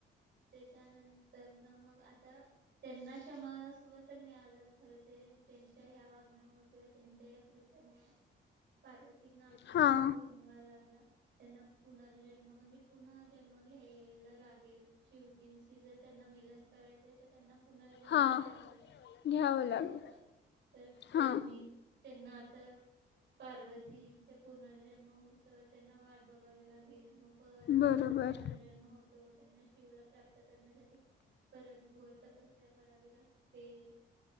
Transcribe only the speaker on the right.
त्याच्यानंतर ना, मग आता त्यांना क्षमस्व - तर मिळालं. खर ते त्यांच्या या वागण्यामु किंवा त्यांच्या <unintelligible> मुळे पार्वती- ना आपला
जीव गमवावा लागला. त्यांना पुनर - जन्म म्हणजे पुन्हा जन्म घ्यायला लागेल. शिवजींची जर, त्यांना मिलन करायचंय तर त्यांना- पुनर्जन्म
घ्यावा लागल
असं
होत. तर त्यांनी
त्यांना आता पार्वतीचा पुनर्जन्म होइस्तोवर त्यांना वाट बघावी लागेल मग परत
त्यांचा पुनर्जन्म होतो त्यांना- प्राप्त करण्यासाठी परत घोर तपस - श्चर्या करावी लागते.